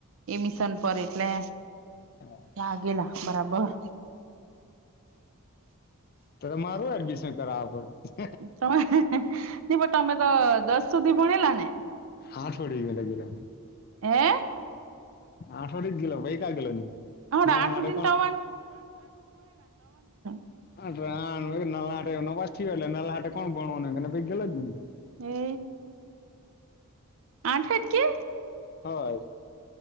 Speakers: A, on the right; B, on the left.
A: એમિશન પર એટલે
B: હા.
A: આગેલા બરાબર.
B: તો, મારું એડમિશન કરાવા પડે.
A: તમે પણ તમે તો દસ સુધી ભણેલા ને?
B: આઠવાડી ગેલો ગેલા,
A: હે
B: આઠવાડડી જ ગેલો ભાઈ ક ગેલો.
A: આઠ
B: નલા હાટે
A: સુધીન
B: કોણ
A: તો <unintelligible>
B: હ નાલા હા નપાસ થેલા નાલા હાથે કોણ ગેલો જ ની.
A: એ આઠજ કે?
B: હા.